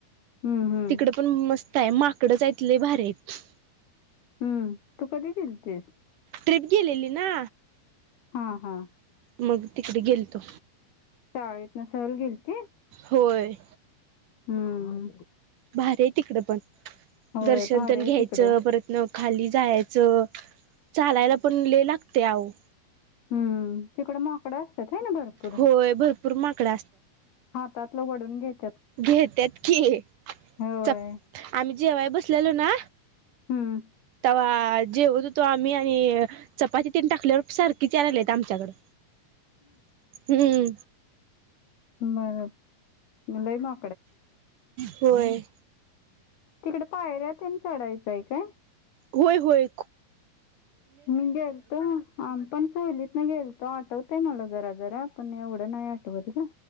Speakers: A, on the left; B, on the right.
A: हम्म हम्म
B: तिकड पण मस्त. य माकडंच आहेत भारीच.
A: हं तू कधी गेलीस?
B: ट्रिप गेलेली ना...
A: हा हा..
B: मग तिकडे गेलतो.
A: शाळेत न सहल गेलती?
B: होय....
A: हं
B: भारी आहे तिकडे पण
A: होय
B: दर्शन
A: भारी
B: तेन
A: आहे
B: घ्यायचं...
A: तिकडं
B: परत न खाली जायचं... चालायला पण लय लागतय आहो
A: हं तिकड माकडं असतात ह ना भरपूर.......
B: होय भरपूर माकडं
A: हातात वडून घेत
B: घेतत की
A: होय
B: चप आम्ही जेव्हाय बसलेलो ना
A: हम्म
B: तवा जेवत होतो आम्ही आणि चपाती तन टाकल्यावर सारखी च आलेल आहेत आमच्याकडं हम्म
A: लाई ना
B: होय
A: तिकडे पायऱ्या त चढायचंय काय
B: होय होयू
A: निंग हल्त आम पण सोलीत मल्त तो आठवतय मला जरा जरा पण एवढं नाही आठवत का